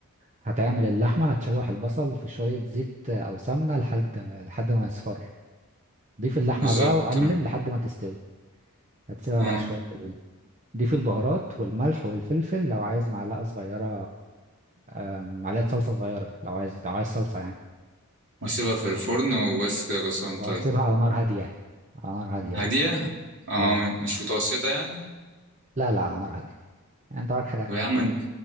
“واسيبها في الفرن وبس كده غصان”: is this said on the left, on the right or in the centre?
Right